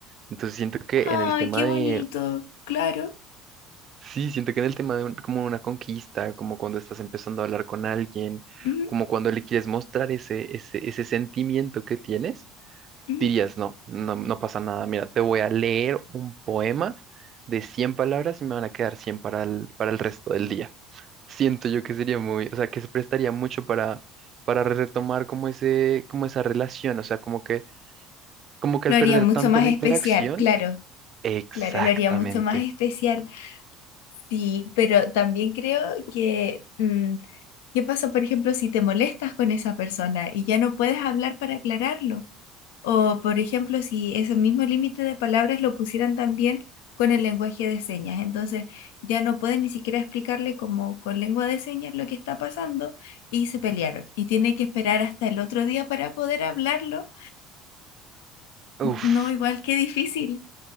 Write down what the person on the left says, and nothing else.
Ay,
qué
bonito. Claro.
Ujú,
ujú.
Lo
haría
mucho
más
especial,
claro.
Claro, lo haría mucho más especial. Sí, pero también creo que, mm, ¿qué pasa, por ejemplo, si te molestas con esa persona y ya no puedes hablar para aclararlo? O, por ejemplo, si ese mismo límite de palabras lo pusieran también con el lenguaje de señas. Entonces, ya no pueden ni siquiera explicarle como con lengua de señas lo que está pasando y se pelearon. Y tiene que esperar hasta el otro día para poder hablarlo.
No, igual qué difícil.